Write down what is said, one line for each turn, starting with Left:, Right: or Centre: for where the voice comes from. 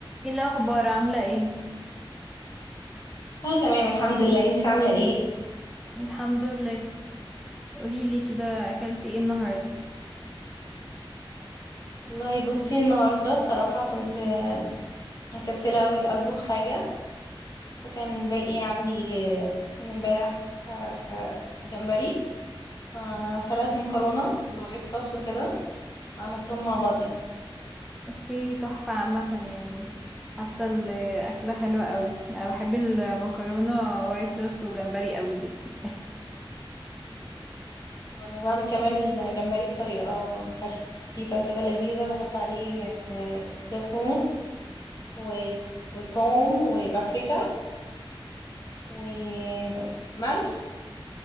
Centre: ايه الاخبار عامله ايه
Left: اه تمام الحمد لله انت عاملة ايه
Centre: الحمد لله قولي لي كده اكلتي ايه النهارده
Left: والله بصي النهاردة الصراحة كنت آه، مكسلة اوي اطبخ حاجة فكان باقي عندي آه، من امبارح آه، آه، جمبري آه، سلقت مكرونة بالوايت صوص وكده وعملتهم مع بعضيها
Centre: اوكي تحفه عامه يعني حاسه الاكله حلوه قوي انا بحب المكرونه وايت صوص وجمبري قوي جدا
Left: وانا بعمل كمان الجمبري بطريقة خفيفة كده لذيذة بحط عليه آه، زيتون و- وتوم وبابريكا وملح